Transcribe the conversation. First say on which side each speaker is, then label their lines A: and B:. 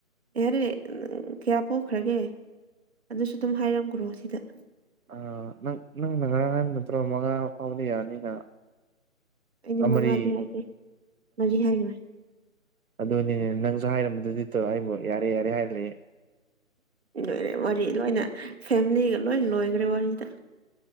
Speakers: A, on the right; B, on the right.
A: ꯌꯥꯔꯦ ꯀꯌꯥ ꯄꯣꯛꯈ꯭ꯔꯒꯦ ꯑꯗꯨꯁꯨ ꯑꯗꯨꯝ ꯍꯥꯏꯔꯝꯒ꯭ꯔꯣ ꯁꯤꯗ
B: ꯑ ꯅꯪ ꯅꯪꯅ ꯉꯔꯥꯡ ꯍꯥꯏꯕ ꯅꯠꯇ꯭ꯔꯣ ꯃꯉꯥ ꯐꯥꯎꯕꯗꯤ ꯌꯥꯅꯤꯅ
A: ꯑꯩꯗꯤ
B: ꯑꯥ
A: ꯃꯉꯥꯗꯤ
B: ꯃꯔꯤ
A: ꯍꯥꯏꯗꯦ ꯃꯔꯤ ꯍꯥꯏꯒ꯭ꯔꯦ
B: ꯑꯗꯨꯅꯤꯅꯦ ꯅꯪꯁꯨ ꯍꯥꯏꯔꯝꯕꯗꯨꯗꯤꯇꯣ ꯑꯩꯕꯨ ꯌꯥꯔꯦ ꯌꯥꯔꯦ ꯍꯥꯏꯂꯦ
A: ꯂꯣꯏꯔꯦ ꯋꯥꯔꯤ ꯂꯣꯏꯅ ꯐꯦꯃꯤꯂꯤꯒ ꯂꯣꯏ ꯂꯣꯏꯒ꯭ꯔꯦ ꯋꯥꯔꯤꯗ